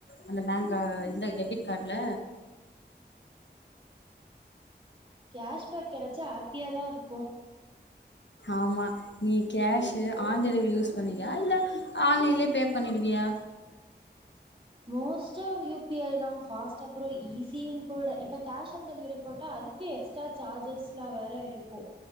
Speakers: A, on the left (about 80°); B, on the right (about 30°).
A: அந்த பேங்க இந்த டெபிட் கார்டுல
B: கேஷ்பேக் கிடைச்சா ஆஹப்பியாதா இருக்கோ
A: ஆமா நீ கேஷ்சு ஆன் டெலிவரி யூஸ் பண்ணுவியா இல்ல ஆன்லைன்லயே பே பண்ணிடுவியா
B: மோஸ்டா யூ பி ஐ தா ஃபாஸ்ட் அப்புறோ ஈசியும் கூட இப்ப கேஷ் ஆன் டெலிவரி போட்ட அதுக்கே எக்ஸ்ட்ரா சார்ஜெஸ்லா வேற இருக்கூ